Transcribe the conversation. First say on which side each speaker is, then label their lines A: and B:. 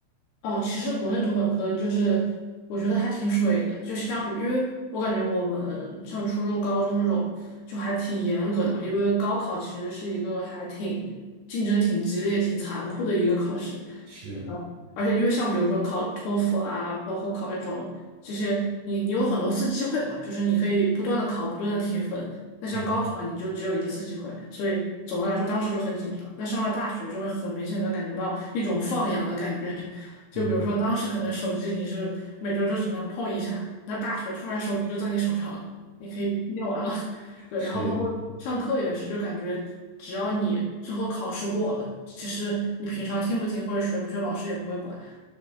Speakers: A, on the left; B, on the right.
A: 哦，其实国内读本科就是，我觉得还挺水的，就相比，因为我感觉我们上初中、高中这种就还挺严格的嘛，因为高考其实是一个还挺竞争挺激烈、挺残酷的一个考试，
B: 是，
A: 嗯而且因为像比如说考托福啊，包括考那种这些，你你有很多次机会嘛，就是你可以不断的考、不断的提分，那像高考你就只有一次机会，
B: 嗯
A: 所以总的来说当时就很紧张。那上了大学就会很明显的感觉到一种放养的感觉，就比如说当时可能手机你是每周就只能碰一下，
B: 嗯，
A: 那大学突然手机就在你手上了，你可以一天玩了。<laughs> 对，
B: 是，
A: 然后包括上课也是，就感觉只要你最后考试过了，其实你平常听不听或者学不学，老师也不会管，